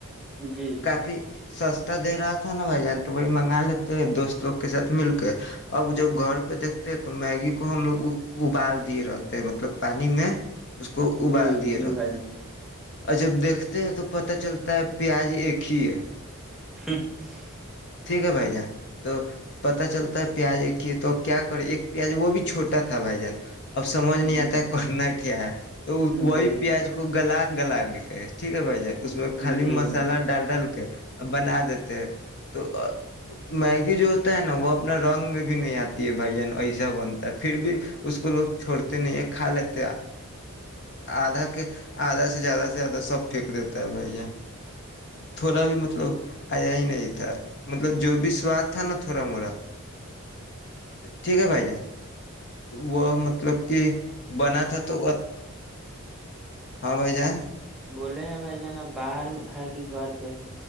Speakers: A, in the centre; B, on the left.
A: جی
B: کافی سستا دے رہا تھا نا بھائی جان تو وہی منگا لیتے ہیں دوست لوگ کے ساتھ مل کے اب جب گھر پہ دیکھتے تو میگی کو ہم لوگ ابال دیے رہتے مطلب پانی میں اس کو ابال
A: جی
B: دیے
A: جی
B: رہتے
A: بھائی جان
B: ہیں اور جب دیکھتے ہیں تو پتا چلتا ہے پیار ج ایک ہی ہے
A: <unintelligible>
B: ٹھیک ہے بھائی جان تو پتہ چلتا پیاز ایکھیے تو کیا کریں ایک پیاز وہ بھی چھوٹا تھا بھائی جان اب سمجھ نہیں
A: جی
B: آتا ہے کرنا کیا ہے تو وہی
A: جی
B: پیاز کو گلا گلاگ ہے ٹھیک ہے بائی جان اس میں
A: جی
B: خالی
A: بھائی
B: مسالہ ڈال ڈال ا بنا دیتے تو میگی جو ہوتا ہے نا وہ اپنا رنگ میں بھی نہیں آتی ہے بھائی جان ایسا بنتا ہے پھر بھی اس کو لوگ چھوڑتے نہیں ہے کھا لیتے آدھا کے آدھا سے زیادہ سے زیادہ سب پھینک دیتا ہے بھائی جان تھوڑا بھی مطلب آیا ہی نہیں تھا مطلب جو بھی سواد تھا نا تھوڑا مورا ٹھیک ہے بھائی جان وہ مطلب کہ بنا تھا تو ہاں بھائی جان
A: بولے ہیں بھائی ج نا باہر ہے کہ گھر پہ ہے